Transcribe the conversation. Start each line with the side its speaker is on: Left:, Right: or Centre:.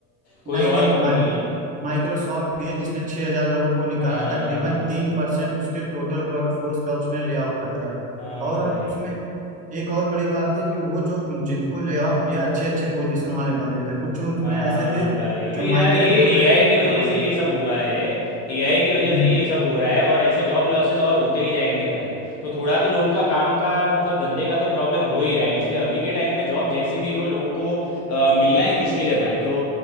Left: कोई
Right: नई
Left: और
Right: नई
Left: कंपनी है
Right: माइक्रोसॉफ्ट ही है जिसने 6000 लोगों को निकाला
Left: हाँ
Right: तकरीबन
Left: हाँ
Right: तीन परसेंट उसके टोटल वर्कफोर्स का उसने ले ऑफ कर दिया
Left: हाँ
Right: और
Left: भाई
Right: उसमें एक और बड़ी बात है कि वो जो जिनको ले ऑफ किया अच्छे अच्छे पोजीशन वाले बंदे थे कुछ उसमें
Left: हाँ
Right: ऐसे थे
Left: भाई
Right: जो
Left: अभी
Right: माइक्रो
Left: यार ये
Right: प्रोजेक्ट
Left: एआई की वजह
Right: हाँ
Left: से ये सब हुआ है एआई की वजह
Right: हम्म
Left: से ये सब हो रहा है और ऐसे जॉब लॉसेस और होते ही जाएंगे भाई तो थोड़ा तो लोगों का काम का मतलब धंधे का तो प्रॉब्लम हो ही रहा है इसलिए अभी के टाइम में जॉब जैसी भी हो लोगों को अ, मिलना ही मुश्किल है भाई तो